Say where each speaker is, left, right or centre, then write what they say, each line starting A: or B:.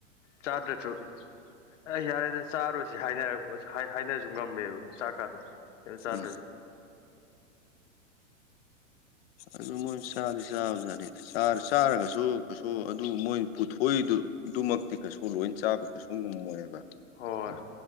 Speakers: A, on the left; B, on the left.
A: ꯆꯥꯗ꯭ꯔꯁꯨ ꯑ ꯌꯥꯔꯦꯗ ꯆꯥꯔꯇꯧꯁꯤ ꯍꯥꯏ ꯍꯥꯏꯅꯔꯁꯨ ꯉꯝꯃꯦꯕ ꯆꯥꯛꯀꯥꯗꯣ ꯆꯥꯗꯖꯨ
B: ꯎꯝ ꯑꯗꯨ ꯃꯣꯏ ꯆꯥꯗꯤ ꯆꯥꯕꯖꯥꯠꯅꯤ ꯆꯥꯔꯒꯁꯨ ꯀꯩꯁꯨ ꯑꯗꯨ ꯃꯣꯏ ꯄꯨꯊꯣꯛꯏꯗꯨ ꯑꯗꯨꯃꯛꯇꯤ ꯀꯩꯁꯨ ꯂꯣꯏ ꯆꯥꯕ ꯀꯩꯁꯨ ꯉꯝꯃꯣꯏꯕ
A: ꯍꯣꯏ